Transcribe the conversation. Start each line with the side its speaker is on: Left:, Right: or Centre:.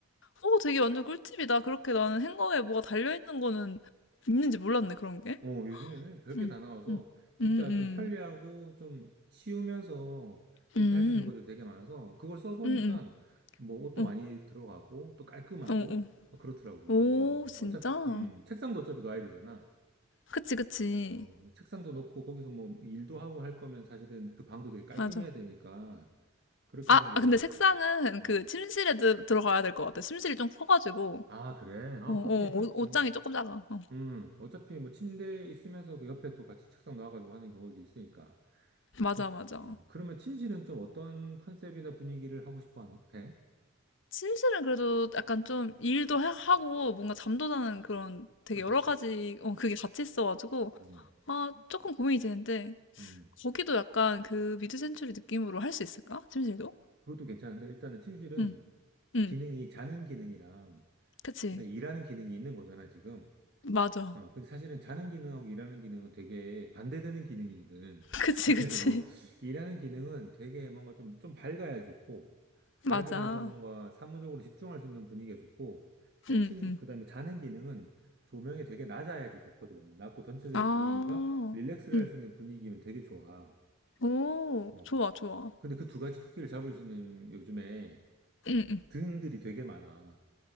Left: 어, 되게 완전 꿀팁이다. 그렇게 나는 행거에 뭐가 달려있는 거는 있는지 몰랐네, 그런 게.
Right: 어, 요즘에는 별게
Left: 음.
Right: 다 나와서
Left: 음.
Right: 진짜
Left: 음음.
Right: 좀 편리하고 좀 쉬우면서 이렇게
Left: 음.
Right: 할 수 있는 것들이 되게 많아서 그걸 써보니까
Left: 음음.
Right: 뭐 옷도
Left: 어.
Right: 많이 들어가고 또 깔끔하고
Left: 어어.
Right: 뭐 그렇더라고.
Left: 오
Right: 그래서
Left: 진짜?
Right: 어차피, 음, 책상도 어차피 놔야 되잖아.
Left: 그치, 그치.
Right: 어, 어, 책상도 놓고 거기서 뭐 일도 하고 할 거면 사실은 그 방도 되게 깔끔해야
Left: 맞아.
Right: 되니까 그렇게
Left: 아
Right: 하는 게
Left: 아
Right: 되게
Left: 근데
Right: 괜찮은
Left: 색상은
Right: 것 같아.
Left: 그
Right: 음.
Left: 침실에 들 들어가야 될 것 같아. 침실이 좀 커 가지고.
Right: 아, 그래? 아,
Left: 어어.
Right: 그것도 괜찮지.
Left: 옷 옷장이 조금 작아. 어.
Right: 음, 어차피 뭐 침대 있으면서 그 옆에 또 같이 책상 놔가지고 하는 경우도 있으니까.
Left: 맞아,
Right: 그,
Left: 맞아.
Right: 음, 그러면 팀실은 좀 어떤 컨셉이나 분위기를 하고 싶어 하는, 해?
Left: 침실은 그래도 약간 좀 일도 하- 하고 뭔가 잠도 자는 그런 되게
Right: 어,
Left: 여러
Right: 그치.
Left: 가지 어 그게 같이 있어 가지고
Right: 음,
Left: 아 조금 고민이 되는데
Right: 음.
Left: 거기도 약간 그 미드 센추리 느낌으로 할 수 있을까? 침실도?
Right: 그것도 괜찮은데, 일단은 팀실은
Left: 응 응
Right: 기능이, 자는 기능이랑,
Left: 그치.
Right: 일단 일하는 기능이 있는 거잖아, 지금.
Left: 맞아.
Right: 어, 근데 사실은 자는 기능하고 일하는 기능은 되게 반대되는 기능이거든.
Left: 그치,
Right: <laughs> 이래요.
Left: 그치.
Right: 일하는 기능은 되게 뭔가 좀, 좀 밝아야 좋고,
Left: <laughs>
Right: 밝으면서
Left: 맞아.
Right: 뭔가 사무적으로 집중할 수 있는 분위기가 좋고, 네,
Left: 응,
Right: 침,
Left: 응.
Right: 그다음에 자는 기능은 조명이 되게 낮아야지 좋거든. 낮고 전체적인
Left: 아,
Right: 분위기가 릴렉스를
Left: 응.
Right: 할 수 있는 분위기면 되게 좋아.
Left: 오,
Right: 어.
Left: 좋아, 좋아.
Right: 근데 그 두 가지 토끼를 잡을 수 있는 요즘에
Left: 응, 응.
Right: 등들이 되게 많아.